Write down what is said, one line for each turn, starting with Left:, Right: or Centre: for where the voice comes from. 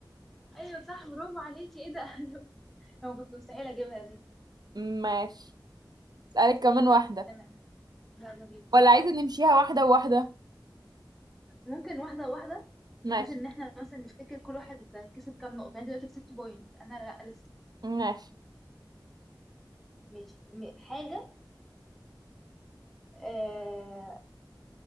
Centre: ايوه صح برافو عليكي ايه ده <laughs> انا كنت مستحيل اجيبها دي
Right: ماشي أسألك كمان واحدة
Centre: مش انا يلا بينا
Right: ولا عايزة نمشيها واحدة وواحدة
Centre: ممكن واحدة واحدة بحيث
Right: ماشي
Centre: ان احنا مثلا نفتكر كل واحد كسب كام نقطة يعني دلوقتي كسبت بوينت انا لا لسه
Right: ماشي
Centre: ماشي م- حاجة آه